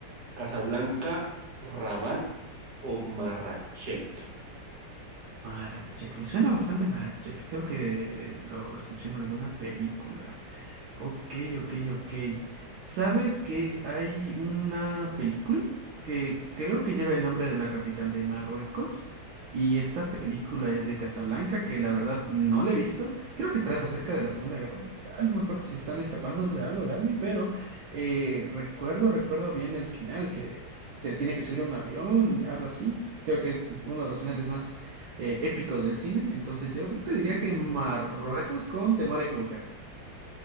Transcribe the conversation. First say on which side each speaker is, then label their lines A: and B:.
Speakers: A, on the right; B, on the right.
A: ¿Casablanca, Rabat o Marrakech?
B: Marachek, me suena bastante Marachek, creo que lo escuché en alguna película. Ok, ok, ok. ¿Sabes que hay una película que creo que lleva el nombre de la capital de Marruecos? Y esta película es de Casablanca, que la verdad no la he visto. Creo que trata acerca de la Segunda Guerra Mundial. No me acuerdo si están escapando de algo, de alguien, pero eh, recuerdo, recuerdo bien el final, que se tiene que subir a un avión, algo así. Creo que es uno de los finales más eh, épicos del cine. Entonces yo te diría que Marruecos con temor a equivocarme.